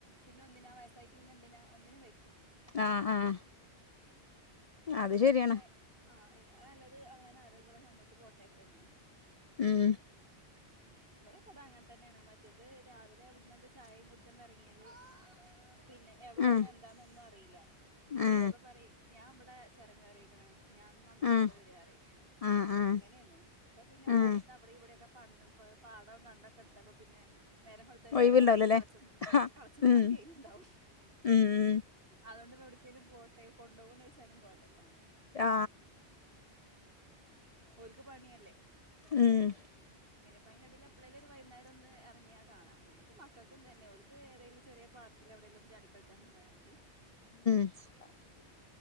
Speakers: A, on the right; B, on the left.
A: പിന്നെ ഒന്നതിനാ വയസായിട്ട് പിന്നെ എന്തിനാ ഒന്നന് വെ
B: ആഹ് ആഹ് അത്
A: അപ്പൊ
B: ശരിയാണ്.
A: പിന്നെ ആഹ് അയില് നല്ലത് അവനാന് ആരോഗ്യള്ള സമയത്ത് പോട്ടേക്ക തന്നെ.
B: ഉം
A: ഇവിടെക്കെ അത അങ്ങനെ തന്നെയാണ് മറ്റേത് രാവിലെ ഇവിടുന്നുണ്ട് ചായയും കുടിച്ചോണ്ട് ഇറങ്ങിയാല് പിന്നെ എവിടെന്ന
B: ആ
A: എന്താന്ന ഒന്നും അറിയില്ല വിളിച്ചപ്പോ
B: ആ
A: പറ ഞാൻ ഇവിടെ ചരം കയറിയിക്കണ് ഞാൻ ഇന്ന് അന്തിക്കൊള്ള
B: ആ
A: വരപറയും
B: ആഹ് ആഹ്
A: അങ്ങനെയന്നോ ഇപ്പൊ പിന്നെ ഇവിടെ
B: ആഹ്
A: അടുത്ത അവിടെ ഇവിടെൊക്കെ പണ്ട് പോ പാടം കണ്ടൊക്കെ എടുത്തപ്പ പിന്നെ. നേരം വെളുത്തു വൈന്നേരം
B: ഒഴിവുണ്ടാവൂലല്ലേ
A: ആവോളം ആയില് കളച്ചും
B: ആ
A: കളച്ചും
B: ഉം
A: മാന്തി അയിലുണ്ടാവും.
B: ഉം ഉം
A: അതുകൊണ്ട്പ്പോ എവിടക്കലും പോട്ടെ കൊണ്ടുപോവോന്ന് ചോയ്ച്ചാലും കോലല്ല.
B: ആ
A: ഒല്ക്ക് പണിയല്ലേ.
B: ഉം
A: പിന്നെപ്പതിന് ഇടയില് എപ്പേള്ല് വൈനേരം ഒന്ന് ഇറങ്ങിയാ കാണ. പിന്നെ ഇപ്പൊ മക്കക്കും തന്നെ ഓല്ക്ക് ഏതേലും ചെറിയ പാർക്കിലെവിടേലും ഒന്ന് ചാടി ക ക്കോണ്ടായ മതി.
B: <inaudible>